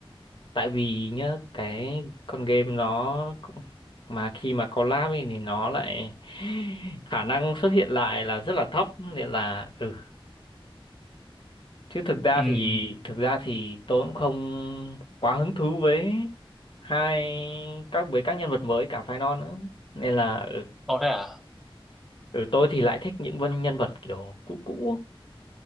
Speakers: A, on the left; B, in the centre.
A: tại vì nhá cái con game nó cũng- mà khi mà collab ấy thì nó lại <laughs> khả năng xuất hiện lại là rất là thấp nên là ừ chứ thực ra
B: ừ
A: thì thực ra thì tôi cũng không quá hứng thú với hai các với các nhân vật mới cả phái non nữa nên là ở,
B: ồ thế à
A: ở tôi thì lại thích những vân nhân vật kiểu cũ cũ